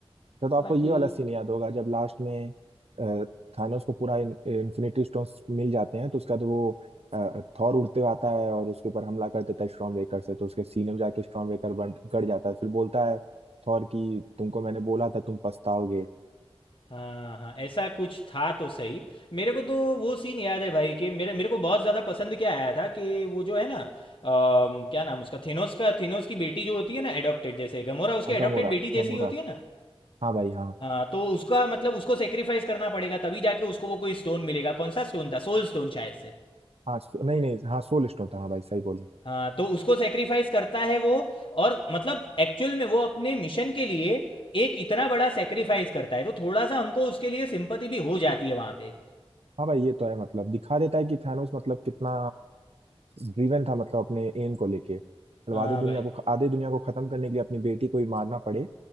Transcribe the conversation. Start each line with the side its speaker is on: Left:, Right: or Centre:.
Right: फिर तो आपको
Left: बाकी
Right: ये वाला सीन याद होगा जब लास्ट में अ, थानोस को पूरा इन्फिनिटी स्टोन्स मिल जाते हैं तो उसका तो वो अ, थॉर उड़ते हुए आता है और उसके ऊपर हमला कर देता है स्ट्रॉन्ग वेकर से तो उसके सीने में जाके स्ट्रॉन्ग वेकर बन गड़ जाता है फिर बोलता है थॉर की तुमको मैंने बोला था तुम पछताओगे
Left: हाँ हाँ ऐसा कुछ था तो सही मेरे को तो वो सीन याद है भाई कि मेरे मेरे को बहुत ज़्यादा पसंद क्या आया था कि वो जो है ना अम, क्या नाम उसका थेनोस का थेनोस की बेटी जो होती है ना एडॉप्टेड जैसे गमोरा उसकी
Right: हाँ,
Left: एडॉप्टेड
Right: गमोरा
Left: बेटी
Right: गमोरा
Left: जैसी ही होती है ना
Right: हाँ भाई हाँ
Left: हाँ तो उसका मतलब उसको सेक्रीफाइस करना पड़ेगा तभी जाके उसको वो कोई स्टोन मिलेगा कौन सा स्टोन था सोल स्टोन शायद से
Right: हाँ सो- नहीं नहीं हाँ सोल स्टोन था हाँ भाई सही बोले
Left: हाँ तो उसको सेक्रीफाइस करता है वो और मतलब एक्चुअल में वो अपने मिशन के लिए एक इतना बड़ा सेक्रीफाइस करता है तो थोड़ा सा हमको उसके लिए सिंपति भी हो जाती है वहाँ पे
Right: हाँ भाई ये तो है मतलब दिखा देता है कि थानोस मतलब कितना ड्रीवन था मतलब अपने एम को लेके मतलब
Left: हाँ
Right: आधे दुनिया
Left: भाई
Right: को आधे दुनिया को खत्म करने के लिए अपनी बेटी को ही मारना पड़े